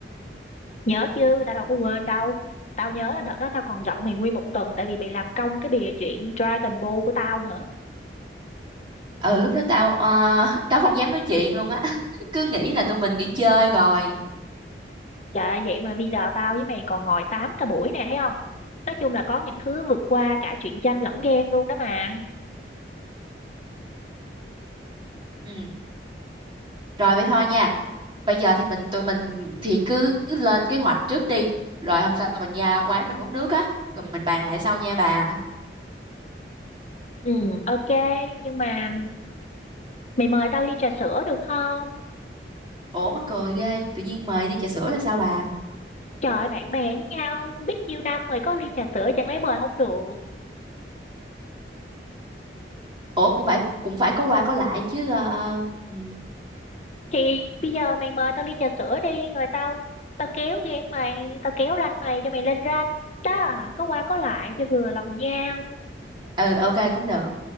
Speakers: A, on the left (about 40°); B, on the right (about 25°).
A: nhớ chứ tao đâu có quên đâu tao nhớ là đợt đó tao còn giận mày nguyên một tuần tại vì mày làm công cái bìa chuyện Dragon Ball của tao nữa
B: ừ lúc đó tao ờ, <laughs> tao không dám nói chuyện luôn á <laughs> cứ nghĩ là tụi mình nghỉ chơi rồi
A: trời ơi, vậy mà bây giờ tao với mày còn ngồi tám cả buổi này thấy không nói chung là có những thứ vượt qua cả truyện tranh lẫn game luôn đó mà
B: ừ Rồi vậy thôi nha. Bây giờ thì mình tụi mình thì cứ cứ lên kế hoạch trước đi. Rồi hôm sau mình ra quán mình uống nước á. Rồi mình bàn lại sau nha bà.
A: Ừ, ok, nhưng mà mày mời tao ly trà sữa được không?
B: Ủa mắc cười ghê. Tự nhiên mời đi trà sữa là sao bà?
A: Trời ơi, bạn bè với nhau, biết nhiêu năm rồi có ly trà sữa chẳng lẽ mời không được.
B: Ủa cũng phải cũng phải có qua có lại chứ. ờ, Ừ.
A: Thì bây giờ mày mời tao ly trà sữa đi, rồi tao tao kéo game mày, tao kéo rank mày cho mày lên rank. Đó, có qua có lại cho vừa lòng nhau.
B: ừ ok cũng được.